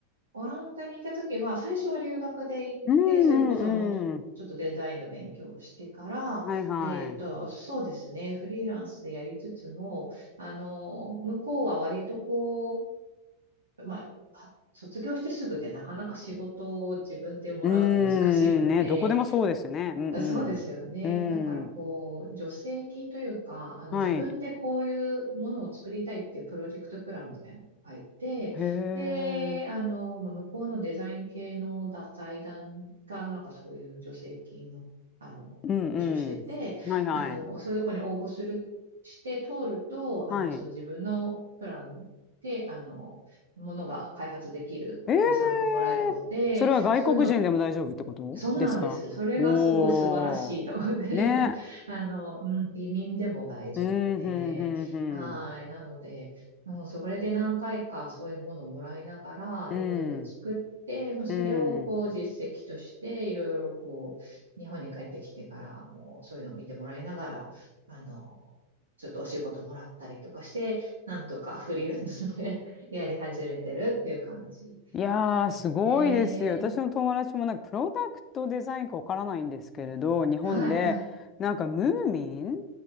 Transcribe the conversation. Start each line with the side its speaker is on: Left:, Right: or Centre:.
Right: オランダにいた時は、最初は留学で行って、
Left: うんうんうん。
Right: それこそもうちょちょっとデザインの勉強をしてから、
Left: はいはい。
Right: えっと、そうですね、フリーランスでやりつつも、あの、向こうは割とこう、まあ、は卒業してすぐってなかなか仕事を自分でもらうと難しいので、
Left: うんんね、どこでもそうですよね。うんうん。
Right: そうですよね。だからこう、
Left: うん。
Right: 助成金というか、あの自分でこういうものを作りたいっていうプロジェクトプランみたいなのを入って、
Left: はい。へえ。
Right: で、あの、まあ向こうのデザイン系のだ財団がなんかそういう助成金の、あの、
Left: うんうん。
Right: 募集してて、
Left: はいはい。
Right: あの、そういうとこに応募する、して通ると、
Left: はい。
Right: あの、その自分のプランで、あの、ものが開発できる予算がもらえるので、
Left: ええ、それは外国人でも大丈夫ってことですかおー。
Right: そういうのをそうなんです。それがすごい素晴らしいと思って。
Left: ね。
Right: <laughs> あの、うん、移民でも大丈夫で。
Left: うん、ふん、ふん、ふん。
Right: はい。なので、うん、それで何回かそういうものをもらいながら、
Left: うん、
Right: いろいろ作って、まあ、それをこう実績として、
Left: うん。
Right: いろいろこう、日本に帰ってきてからもそういうのを見てもらいながら、あの、ちょっとお仕事もらったりとかして、なんとかフリーランスで <laughs> やり始めてるっていう感じ
Left: いやー、
Right: ですね。
Left: すごいですよ。私の友達もなんか、プロダクトデザインかわからないんですけれど、日本で、
Right: はい、はい。
Left: なんか、ムーミン